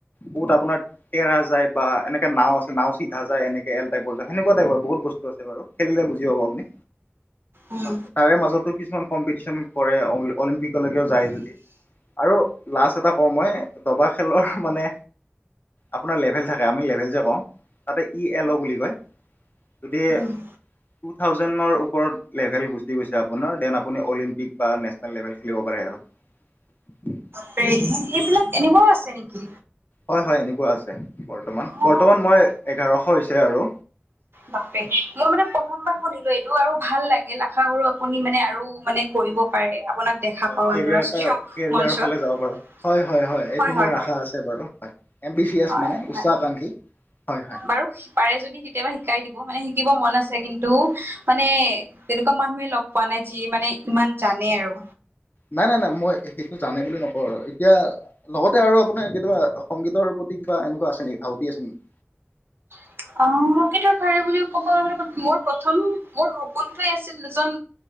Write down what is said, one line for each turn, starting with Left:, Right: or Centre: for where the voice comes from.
Left: বহুত আপোনাৰ তেৰা যায় বা এনেকে নাও আছে নাও চিধা যায় এনেকে এল টাইপৰ যায় সেনেুকুৱা টাইপৰ বহুত বস্তু আছে বাৰু খেলিলে বুজি পাব আপুনি
Right: উম
Left: হয় তাৰে মাজতো কিছুমান কম্পিটিচন কৰে অল অলিম্পিকলৈকেও যায় যদি আৰু লাষ্ট এটা কওঁ মই দবা খেলৰ অহ মানে আপোনাৰ লেভেল থাকে আমি লেভেল যে কওঁ তাতে ই এল অ' বুলি কয়। যদি
Right: উম উ।
Left: টু থাউজেণ্ডৰ ওপৰত লেভেল গুচি গৈছে আপোনাৰ দেন আপুনি অলিম্পিক বা নেচনেল লেভেল খেলিব পাৰে আৰু ভু
Right: দি দিয়ক দেই এইবিলাক এনেকুৱাও আছে নেকি?
Left: হয় হয়, এনেকুৱা আছে বৰ্তমান
Right: অ
Left: বৰ্তমান মই এঘাৰশ হৈছে আৰু
Right: বাপৰে মই মানে প্ৰথমবাৰ শুনিলো এইটো আৰু ভাল লাগিল আশা কৰো আপুনি মানে আৰু মানে কৈ কৰিব পাৰে আপোনাক দেখা
Left: হয়
Right: পাও
Left: কেৰিয়াৰ
Right: আন্তৰাষ্ট্ৰীয়
Left: এটা কেৰিয়াৰৰ
Right: মঞ্চত
Left: ফালে যাব পাৰো হয় হয় এইটো
Right: হয়
Left: মোৰ
Right: হয়
Left: আশা
Right: হয়।
Left: আছে বাৰু হয় এম বি চি এছ
Right: হয়
Left: মানে উচ্চাকাংক্ষী
Right: ভাল
Left: হয় হয়
Right: বাৰু পাৰে যদি কেতিয়াবা শিকাই দিব মানে। শিকিব মন আছে কিন্তু মানে তেনেকুৱা মানুহে লগ পোৱা নাই যি মানে ইমান জানে আৰু।
Left: নাই নাই নাই মই সেইটো জানে বুলি নকওঁ আৰু এতিয়া লগতে আৰু আপোনাৰ কেতিয়াবা সংগীতৰ। কিবা এনেকুৱা আছে নেকি ধাউতি আছে নেকি
Right: অ কিন্তু থৰে বুলি ক'ব ম মোৰ প্ৰথম মোৰ সপোনটোৱে আছিল এজন